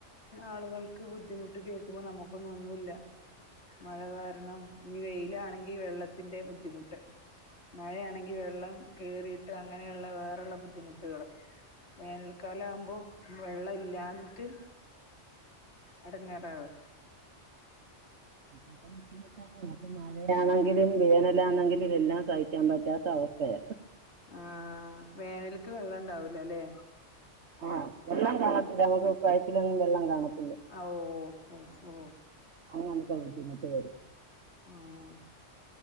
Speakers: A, on the left; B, on the right.
A: ആളുകൾക്ക് ബുദ്ധിമുട്ട് കേൾക്കുമ്പൊ നമുക്കൊന്നും ഒന്നൂല്ല മഴ കാരണം ഈ വെയിലാണെങ്കി വെള്ളത്തിന്റെ ബുദ്ധിമുട്ട് മഴയാണെങ്കി വെള്ളം കേറീട്ട് അങ്ങനെയുള്ള വേറുള്ള ബുദ്ധിമുട്ടുകള് വേനൽക്കാലം ആമ്പൊ വെള്ളം ഇല്ലാഞ്ഞിട്ട് ഇടങ്ങേറാവ്
B: <inaudible> ആണെങ്കിലും വേനലാണെങ്കിലും എല്ലാം സഹിക്കാൻ പറ്റാത്ത അവസ്ഥയ
A: ആഹ് വേനലക്ക് വെള്ളം ഇണ്ടാവൂല അല്ലേ
B: ആഹ് വെള്ളം കാണത്തില്ല നമുക്ക് പൈപ്പിലൊന്നും വെള്ളം കാണത്തി-
A: ഓ ഓഹ് ഓഹ്
B: <unintelligible>
A: ആഹ്